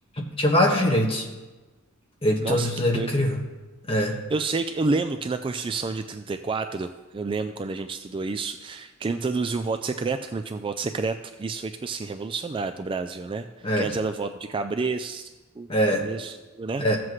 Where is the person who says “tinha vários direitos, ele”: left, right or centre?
Left